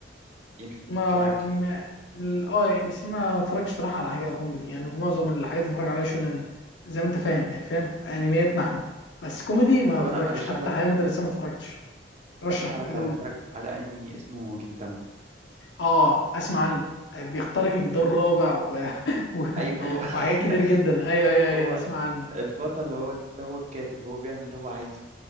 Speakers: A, on the right; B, on the left.
A: يمشي
B: ما
A: معاك
B: ما- اه يعني اسمها ما اتفرجش صراحه على حاجه كوميدي يعني معظم الحاجات اللي اتفرج عليها شونن زي ما انت فاهم يعني فاهم انمياتنا احنا بس كوميدي ما
A: طب
B: اتفرجتش
A: انا ارشح
B: حتى
A: لك
B: حياه مدرسيه ما اتفرجتش رشح
A: ارشح لك
B: كده
A: على
B: قول
A: تتفرج
B: لي
A: على انمي اسمه جنتاما
B: اه اسمع عنه بيخترق الجدار الرابع و... <laughs> و...
A: اي هو <laughs>
B: وحاجات كتير جدا ايوه ايوه ايوه
A: هو
B: اسمع عنه
A: البطل هو هو الكاتب هو بيعمل اللي هو عايزه